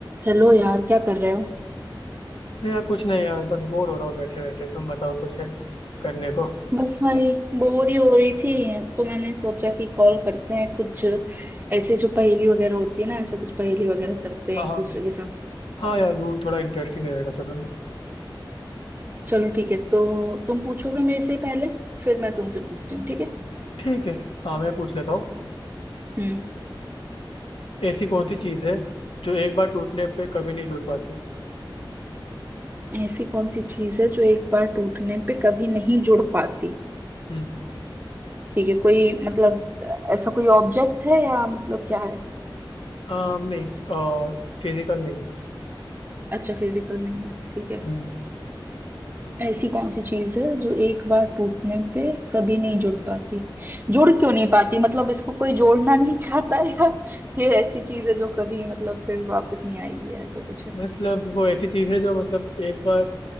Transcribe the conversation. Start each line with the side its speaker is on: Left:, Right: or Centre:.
Right: Hello यार क्या कर रहे हो
Left: नहीं यार कुछ नहीं यार बस बोर हो रहा हूँ बैठे बैठे तुम बताओ कुछ है करने को
Right: बस भाई बोर ही हो रही थी तो मैंने सोचा कि कॉल करते हैं कुछ ऐसे जो पहेली वगैरह होती है ना ऐसा कुछ पहेली वगैरह करते
Left: हाँ
Right: हैं एक
Left: हाँ
Right: दूसरे के साथ
Left: हाँ यार वो थोड़ा इंटरेस्टिंग रहेगा चलो ना
Right: चलो ठीक है तो तुम पूछोगे मेरे से पहले फिर मैं तुमसे पूछती हूँ ठीक है
Left: ठीक है हाँ मैं पूछ लेता हूँ
Right: हम्म
Left: ऐसी कौन सी चीज़ है जो एक बार टूटने पे कभी नहीं जुड़ पाती
Right: ऐसी कौन सी चीज है जो एक बार टूटने पे कभी नहीं जुड़ पाती
Left: हम्म
Right: ठीक है कोई मतलब ऐसा कोई ऑब्जेक्ट है या मतलब क्या है
Left: आ, नहीं फिजिकल नहीं है
Right: अच्छा फिजिकल नहीं है ठीक है
Left: हम्म,
Right: ऐसी कौन सी चीज है जो एक बार टूटने पे कभी नहीं जुड़ पाती जुड़ क्यों नहीं पाती मतलब इसको कोई जोड़ना नहीं <laughs> चाहता या ये ऐसी चीज है जो कभी मतलब फिर वापस नहीं आएगी या ऐसा कुछ है
Left: मतलब वो ऐसी चीज़ है जो मतलब एक बार